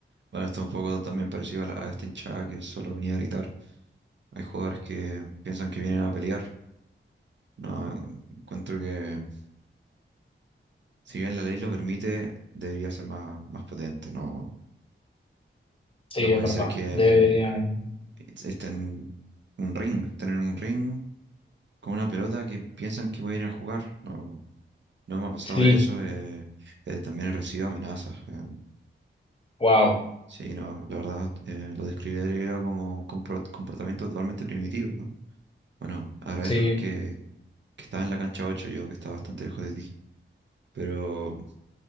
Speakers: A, on the right (about 60°); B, on the left (about 25°).
A: Bueno, esto es un poco también parecido a, la- a esta hinchada que solo venía a gritar. Hay jugadores que piensan que vienen a pelear. No, encuentro que si bien la ley lo permite, debería ser más, más potente. No,
B: Sí,
A: no puede
B: es verdad.
A: ser que
B: Deberían.
A: es- está en un ring, están en un ring con una pelota que piensan que pueden ir a jugar. No, no me ha pasado
B: Sí,
A: de eso. eh, eh, también he recibido amenazas. eh,
B: wow.
A: sí, no, la verdad eh, lo describiría como un compro- comportamiento totalmente primitivo, ¿no? Bueno, agradezco
B: Sí,
A: que, que estaba en la cancha 8, yo, que estaba bastante lejos de ti. Pero,